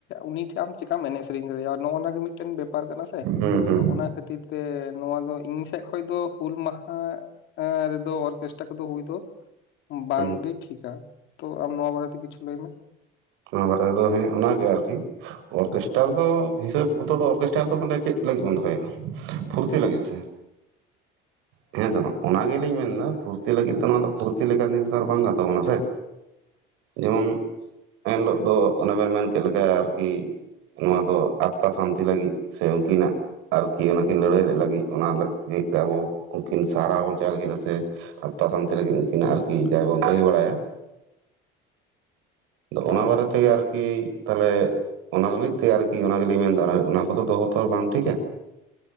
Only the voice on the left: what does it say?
ᱩᱱᱤ ᱴᱷᱮᱱ ᱟᱢ ᱪᱤᱠᱠᱟᱢ ᱮᱱᱮᱡ ᱥᱮᱨᱮᱧ ᱫᱟᱲᱮᱭᱟᱜᱼᱟ ᱱᱚᱜ ᱚᱱᱟ ᱜᱮ ᱢᱤᱫᱴᱮᱱ ᱵᱮᱯᱟᱨ ᱠᱟᱱᱟ ᱥᱮ
ᱛᱚ ᱚᱱᱟ ᱠᱷᱟᱹᱛᱤᱨ ᱛᱮ ᱱᱚᱣᱟ ᱫᱚ ᱤᱧ ᱥᱮᱫ ᱠᱷᱚᱱ ᱫᱚ ᱦᱩᱞ ᱢᱟᱦᱟ ᱨᱮᱫᱚ ᱚᱨᱠᱮᱥᱴᱟᱨ <unintelligible> ᱵᱟᱝᱜᱮ
ᱴᱷᱤᱠᱟ ᱛᱚ ᱟᱢ ᱱᱚᱣᱟ ᱵᱟᱨᱮ ᱛᱮ ᱠᱤᱪᱷᱩ ᱞᱟᱹᱭ ᱢᱮ
ᱠᱷᱟᱹᱞᱤ <inaudible>
<inaudible>
ᱦᱳᱭ